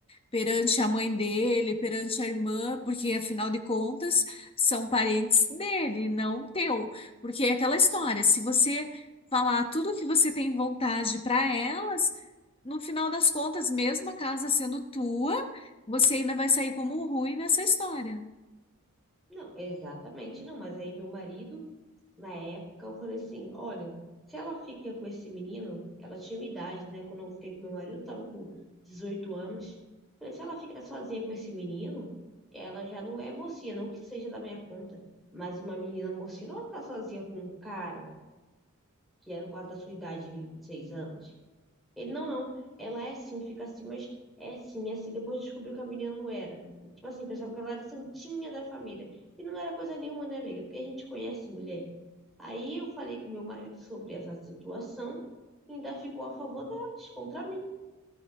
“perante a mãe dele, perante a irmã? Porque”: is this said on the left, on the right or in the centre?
Left